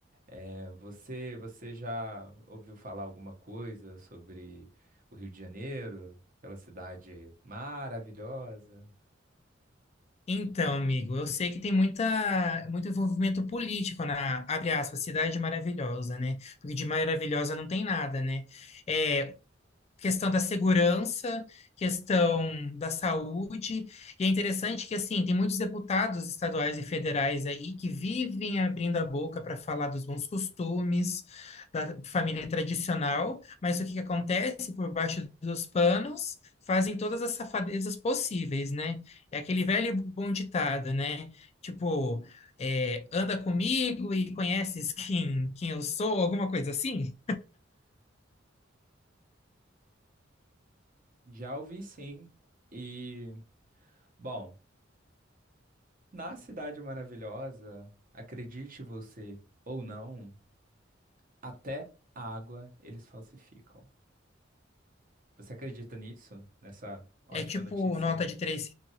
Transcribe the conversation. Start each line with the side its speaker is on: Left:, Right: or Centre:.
Right: É, você, você já ouviu falar alguma coisa sobre o Rio de Janeiro, aquela cidade maravilhosa?
Left: Então, amigo, eu sei que tem muita, muito envolvimento político na, abre aspas, Cidade Maravilhosa, né? Porque de maravilhosa não tem nada, né? É, questão da segurança, questão da saúde. E é interessante que, assim, tem muitos deputados estaduais e federais aí que vivem abrindo a boca para falar dos bons costumes, da família tradicional, mas o que que acontece por baixo dos panos? Fazem todas as safadezas possíveis, né? É aquele velho e bom ditado, né? Tipo, é, anda comigo e conheces quem, quem eu sou, alguma coisa assim.
Right: Já ouvi sim. E, bom, na cidade maravilhosa, acredite você ou não, até a água eles falsificam. Você acredita nisso? Nessa ótima
Left: É tipo
Right: notícia?
Left: nota de três,